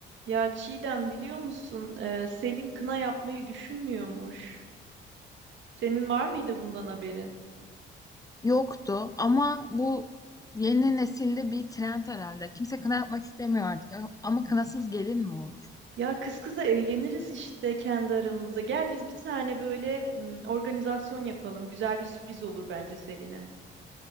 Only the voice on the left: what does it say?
Yoktu ama bu yeni nesilde bir trend herhalde. Kimse kına yapmak istemiyor artık ama kınasız gelin mi olur?